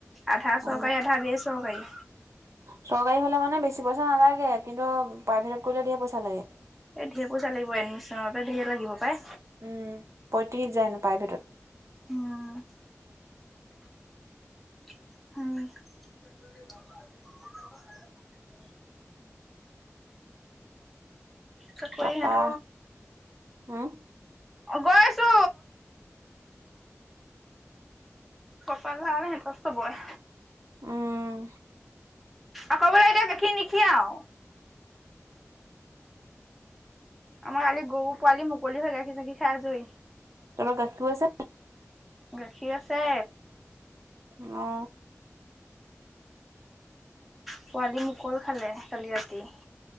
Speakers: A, in the centre; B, on the right.
A: আধা
B: অ
A: চৰকাৰী আধা বেচৰকাৰী
B: চৰকাৰী হলে মানে বেছি পইচা নালাগে কিন্তু প্ৰাইভেটত কৰিলে ধেৰ পইচা লাগে
A: এই ধেৰ পইচা লাগিব এডমিশ্যনৰ বাবে ধেৰ লাগিব পাই
B: উম পঁইত্ৰিশ হাজাৰ হেনো প্ৰাইভেটত
A: উম <unintelligible> চাকৰি
B: তাৰপা
A: হেত
B: উম
A: গৈছো কপাল ভাল হেট চবৰে
B: উম
A: আকৌ বোলে এতিয়া গাখিৰ নিখীৱাও আমাৰ কালি গৰু পোৱালি মুকলি হয় গাখীৰ চাখীৰ খাই আজৰী
B: তহঁতৰ গাখীৰো আছে
A: গাখীৰ আছে
B: অ
A: পোৱালি মুকল খালে কালি ৰাতি